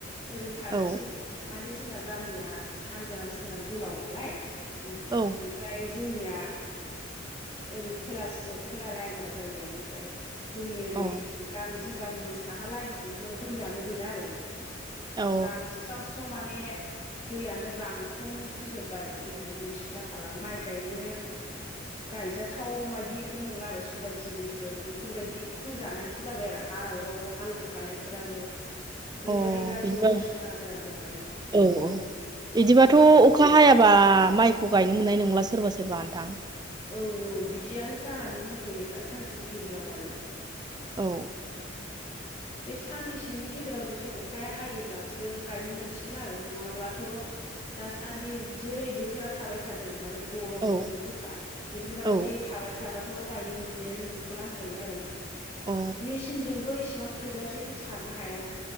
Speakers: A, on the left; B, on the right.
A: ओरै फारसेथि
B: औ
A: माने जोंना गामिया सानजा सोनाब गोलाव नालाय ओमफ्राय
B: औ
A: जोंनिया ओरै खोलासे खोला लाइनाव जायो आरो ओमफ्राय जोंनि ओरै
B: अ
A: गामि जों गामिनि साहा लाइनथिंथ' दैयानो गैला आरो
B: औ
A: रानस्राव स्राव माने दैयानो रांखं ख्रिजोब्बाय दैयानो गैस्रा खाला माइ गायनोनो
B: <inaudible>
A: गायजाथाव बायदिखौनो नंङा आरो सबायथिलिफोर बेफोरबायदि फोजानायसो जाबाय आरो हारावराव हालौवखानाय फोराबो। ओरैबायादि
B: अ
A: गाज्रि
B: बिदिबा
A: अबस्था जाना दं आरो
B: औ औ बिदिबाथ'
A: उम
B: अखा हायाबा माइखौ गायनो मोननाय नंला सोरबा सोरबा नोथां।
A: औ औ बिदियानो जानानै दंथ'यो दासानदिनि गेजेराव आरो
B: औ।
A: बे साननैसोनि गेजेराव जुदि अखाया हायोब्लासो गायनो मोनसिगोन आरो नङाब्लाथ' दासान्दि जेरै बोथोरा थाबाय थादों माने गरम
B: औ
A: सान्दुं गोसा बेफोरबायदि‌
B: औ
A: थाबाय थाबा थ गायनो मोननायानो नंथ'ला होनजायो आरो।
B: अ
A: मसिनजोंबो एसेबां थोजासेखौ सारनो हायाना